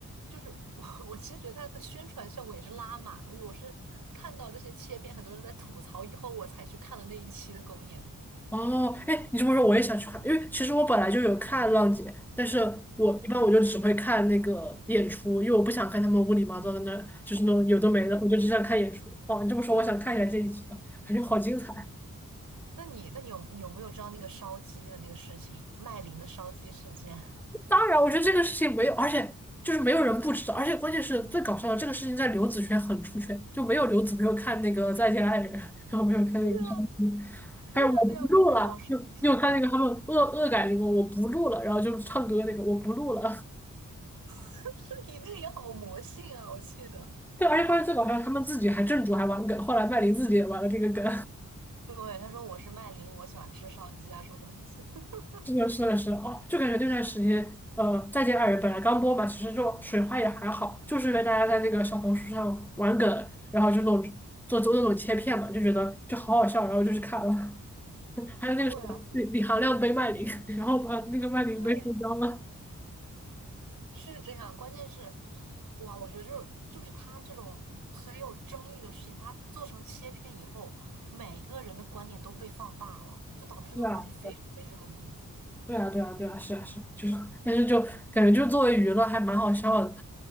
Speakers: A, on the right; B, in the centre.
A: 就是我，<laughs> 我其实觉得他的宣传效果也是拉满了。因为我是看到这些切片，很多人在吐槽以后，我才去看了那一期的公演。
B: 哦，哎，你这么说我也想去看，因为其实我本来就有看浪姐，但是我一般我就只会看那个演出，因为我不想看他们乌里麻糟的那，就是那种有的没的，我就只想看演出。哦，你这么说，我想看一下这一集了，感觉好精彩。
A: 那你，那你有你有没有知道那个烧鸡的那个事情，麦琳的烧鸡事件？
B: 当然，我觉得这个事情没有，而且就是没有人不知道，而且关键是最搞笑的，这个事情在刘子轩很出圈，就没有刘子没有看那个《再见爱人》，然后没有看那个哈洛
A: <laughs> 对啊，对呀对呀，
B: 还有我不录了，
A: 好神奇，
B: 又又看那个他们恶恶改那个我不录了，然后就唱歌那个我不录了，
A: <laughs> 你那个也好魔性啊，我记得。
B: 对，而且关键最搞笑，他们自己还正主还玩梗，后来麦琳自己也玩了这个梗，
A: 对，他说我是麦琳，我喜欢吃烧鸡啊，什么什么的。<laughs>
B: 是的，是的，是的哦，就感觉那段时间，呃，《再见爱人》本来刚播吧，其实就水花也还好，就是因为大家在那个小红书上玩梗，然后这种做做那种切片嘛，就觉得就好好笑，然后就去看了。<laughs> 还有那个什么李李行亮背麦琳，
A: 对，而且
B: <laughs> 然后把那个麦琳背受伤了。
A: 对，是这样。关键是，哇，我觉得就是就是他这种很有争议的事情，他做成切片以后，每个人的观点都被放大了，就导致这个话题非常被热议。
B: 对啊，对啊，对啊，对啊，是啊，是啊，就是，但是就感觉就作为娱乐还蛮好笑的。